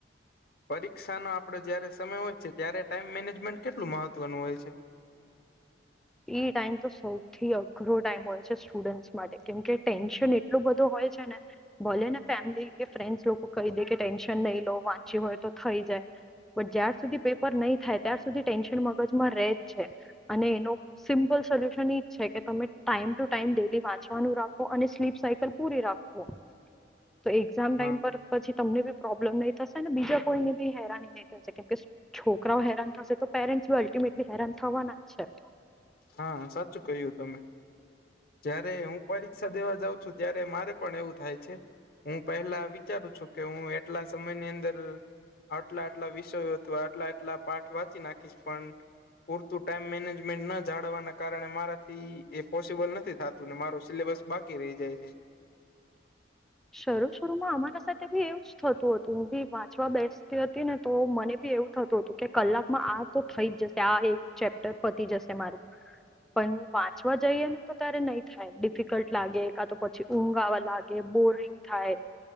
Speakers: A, on the left; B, in the centre.
A: પરીક્ષાનો આપડો જયારે સમય હોય છે ત્યારે ટાઈમ મેનેજમેન્ટ કેટલું મહત્વનું હોય છે. <unintelligible>
B: એ ટાઈમ તો સૌથી અઘરો ટાઈમ હોય છે સ્ટુડન્ટસ માટે કેમકે ટેન્શન એ એટલું બધું હોય છે ને ભોલેને ફેમિલી કે ફ્રેન્ડસ લોકો કહી દે કે ટેન્શન નહી લો વાંચી હોય તો થઈ જાય. પણ જ્યાર સુધી પેપર નહીં થાય ત્યાર સુધી ટેન્શન મગજમાં ર જ છે અને એનો સિમ્પલ સોલ્યુશન ઈજ છે કે તમે ટાઈમ ટુ ટાઈમ ડેલી વાંચવાનું રાખો અને સ્લીપ સાયકલ પૂરી રાખો. તો એક્ઝામ ટાઈમ
A: હા
B: પર પછી તમને બી પ્રોબ્લેમ નહી થશે ને બીજા કોઈ ને ભી હૈરાની ન‌ઈ કેમ છે છોકરાઓ હેરાન થશે તો પેરેન્ટી અલ્ટિમેટલી હેરાન થવાના જ છે.
A: હા સાચું કહ્યું તમે જયારે હું પરીક્ષા દેવા જઉં છું ત્યારે મારે પણ એવું થાય છે હું પહેલા વિચારું છું કે હું એટલા સમયની અંદર આટલા આટલા વિષયો અથવા આટલા આટલા પાઠ વાંચી નાખીશ પણ પૂરતું ટાઈમ મેનેજમેન્ટ ન જાડવાના કારણે મારાથી એ પોસિબલ નથી થતું ને માર સિલેબસ બાકી રહી જાય છે. <unintelligible>
B: શરૂ શરૂમાં અમારા સાથે બી એવું જ થતું હતું હું બી વાંચવા બેસતી હતી ને તો મને બી એવું થતું તું. કે કલાકમાં આ તો થઈ જ જશે આ એક ચેપ્ટર પતી જશે મારું. પણ વાંચવા જઈએ ને તો ત્યારે નહી થાય ડિફિકલ્ટ લાગે કા તો પછી ઊંઘ આવા લાગે બોરિંગ થાય.